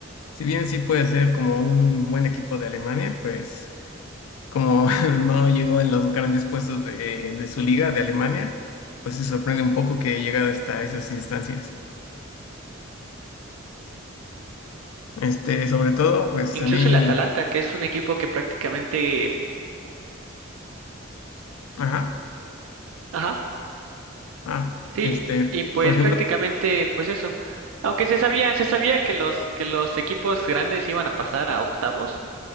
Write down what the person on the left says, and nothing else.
si bien sí puede ser como un buen equipo de Alemania, pues como <laughs> no llegó en los grandes puestos de, de su liga de Alemania, pues se sorprende un poco que haya llegado hasta esas instancias. Este, sobre todo, pues
a mí,
ajá,
ah,
este,
por ejemplo,